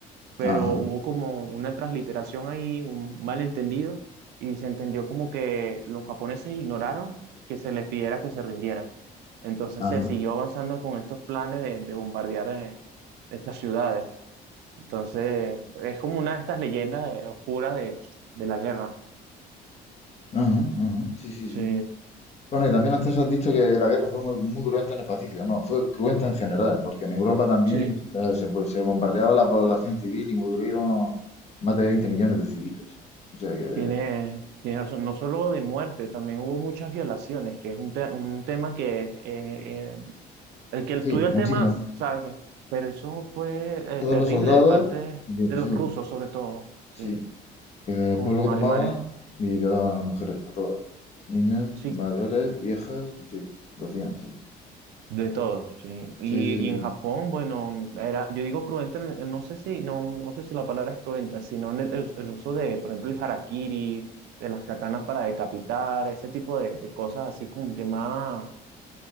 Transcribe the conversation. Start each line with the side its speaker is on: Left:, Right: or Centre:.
Right: Pero
Left: Ajá,
Right: hubo como una transliteración ahí, un malentendido, y se entendió como que los japoneses ignoraron que se les pidiera que se rindieran. Entonces
Left: ajá,
Right: se siguió avanzando con estos planes de, de bombardear eh, estas ciudades. Entonces es como una de estas leyendas eh, oscuras de, de la guerra.
Left: ajá, ajá. Sí, sí,
Right: Sí,
Left: sí. Bueno, y también antes has dicho que la guerra fue muy, muy cruenta en el Pacífico. No, fue cruenta en general, porque en Europa también
Right: sí.
Left: eh, se, pues, se bombardeaba la población civil y murieron más de 20 millones de civiles. O sea que,
Right: Tiene, tiene razón. No solo de muerte, también hubo muchas violaciones, que es un, te- un tema que eh, eh, el que estudia
Left: sí,
Right: el
Left: muchísimo.
Right: tema sabe que, pero eso fue
Left: Todos
Right: eh, terrible
Left: los soldados,
Right: de parte de,
Left: bien,
Right: de
Left: sí,
Right: los rusos, sobre todo, sí,
Left: sí. Que después
Right: con
Left: lo que
Right: alemanes,
Left: tomaban y violaban a las mujeres, a todas. Niñas,
Right: sí,
Left: mayores, viejas, sí, lo hacían, sí.
Right: de todo, sí. Y,
Left: Sí, sí,
Right: y
Left: sí.
Right: en Japón, bueno, era, yo digo cruenta, en- en- no sé si, no, no sé si la palabra es cruenta, sino en el, el- el uso de, por ejemplo, el harakiri, de las katanas para decapitar, ese tipo de, de cosas así como que más,